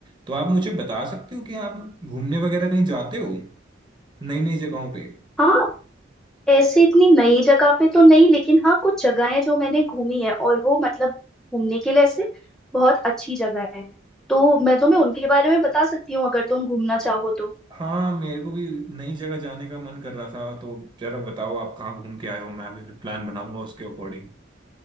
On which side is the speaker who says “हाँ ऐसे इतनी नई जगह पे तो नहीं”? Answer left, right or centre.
Centre